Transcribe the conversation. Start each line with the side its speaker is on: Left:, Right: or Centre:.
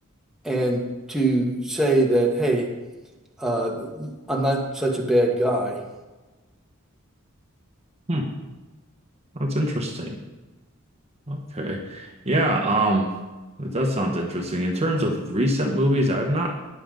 Centre: and to say that, hey uh, I'm not such a bad guy.
Right: Hmm, that's interesting. Okay. Yeah, um, that does sound interesting. In terms of recent movies, I've not